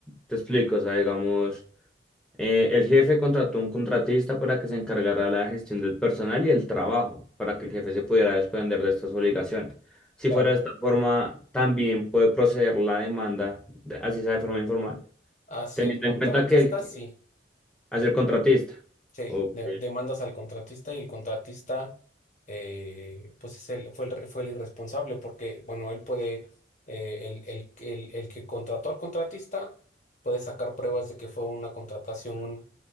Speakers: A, in the centre; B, on the left (about 40°).
A: te explico, o sea, digamos. Eh, el jefe contrató un contratista para que se encargara de la gestión del personal y el trabajo, para que el jefe se pudiera desprender de estas obligaciones. Si
B: Claro.
A: fuera de esta forma, también puede proceder la demanda, de- así sea de forma informal,
B: Hacia
A: teniendo
B: el contratista,
A: en cuenta que el,
B: sí.
A: hacia el contratista.
B: Sí,
A: Ok,
B: de- demandas al contratista y el contratista, eh, pues, es el, fue, el, re- fue el irresponsable porque, bueno, él puede, eh, el, el, el, el que contrató al contratista puede sacar pruebas de que fue una contratación